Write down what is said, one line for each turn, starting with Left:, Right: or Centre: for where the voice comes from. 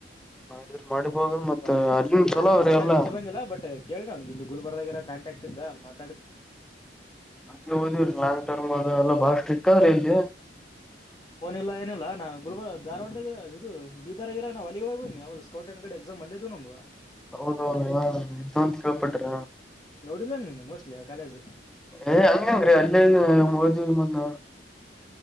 Centre: ಮಾಡಿದ್ರ ಮಾಡಿಬೋದು ಮತ್ತ
Left: ಬಾ ನೀನು
Centre: ಅಲ್ಲಿನ್
Left: ನಾನೇನ್
Centre: ಚಲೋ ಅವ್ರಿ
Left: ನಾನೇನ್
Centre: ಎಲ್ಲಾ
Left: ಬಿಟ್ಟು ಬಂದಿಲ್ಲ ಬಟ್ ಕೇಳಿ ಅವ್ಿಗೆ ಎಲ್ಲಿ ಗುಲ್ ಬದ ಇರ ಕಾಂಟಕ್ಟ್ ಇದ್ದ ಮೆ
Centre: ಹ ಅ ಹಓದ ಲಾಂಗ್ ಟರ್ಮ್ ಅ ಎಲ್ಲ ಬಾಳಷ್ಟ ಇ ರೇಜ
Left: ಲ್ಲ ಏನಿಲ್ಲಾ ಗುಲ್ಬರ್ ಧಾರವಾಡದಾಗ ಇರ ಇದು ಬೀದರ್ಗ ಇರ ನಾಲಿಗ್ ಹೋಗ್ ನೀ ಸ್ಕೌಟ್ ಅ್ಡೆ ಎಕ್ಸಾಮ ಅಲ್ಲೇದು ನುವ
Centre: ಹೌದೌ ತೊ ಕಾಪಡರ
Left: ನೋಡಿಲ್ಲ ನೀನು ಮೋಸ್ಟ್ಲಿ ಆ ಕಾಲೇಜ್
Centre: ಏ ಹಂಗಂಗ್ರೀ ಅಲ್ಲೇ ಹದ ಮಂದ